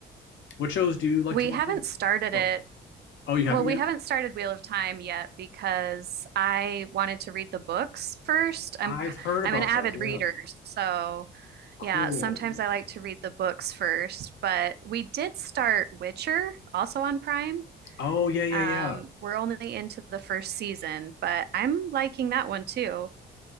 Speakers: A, on the left; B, on the right.
A: What shows do you like
B: We
A: to watch?
B: haven't started
A: Oh,
B: it.
A: oh, you haven't
B: Well, we
A: yet?
B: haven't started Wheel of Time yet because I wanted to read the books first. I'm
A: I've
B: i
A: heard about
B: I'm an avid
A: those. Yeah.
B: reader, so
A: Cool.
B: yeah, sometimes I like to read the books first, but we did start Witcher also on Prime.
A: Oh, yeah, yeah,
B: Um,
A: yeah.
B: we're only into the first season, but I'm liking that one too.